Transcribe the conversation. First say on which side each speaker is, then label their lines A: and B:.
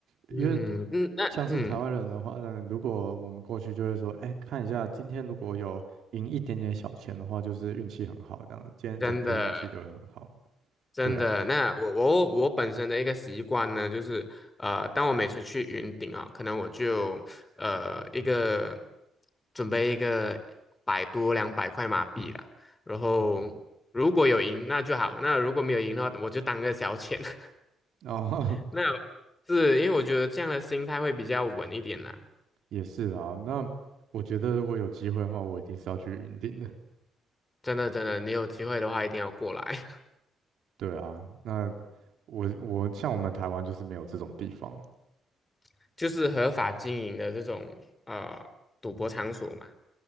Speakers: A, on the right (about 75°); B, on the left (about 20°).
A: 因为
B: 嗯嗯，那嗯，
A: 像是台湾人的话呢，如果我们过去就会说，哎，看一下今天如果有赢一点点小钱的话，就是运气很好这样子，今天整天运气都会很好。
B: 真的。真的，
A: 对啊，
B: 那我我我本身的一个习惯呢，就是呃，当我每次去云顶啊，可能我就呃一个准备一个百多两百块马币啦，然后如果有赢那就好，那如果没有赢的话，我就当个小钱。<laughs>
A: 然后
B: 那是因为我觉得这样的心态会比较稳一点啦。
A: <laughs> 也是啊，那我觉得如果有机会的话，我一定是要去云顶的。
B: 真的真的，你有机会的话一定要过来，
A: 对啊，那我我像我们台湾就是没有这种地方。
B: <laughs> 就是合法经营的这种呃赌博场所嘛。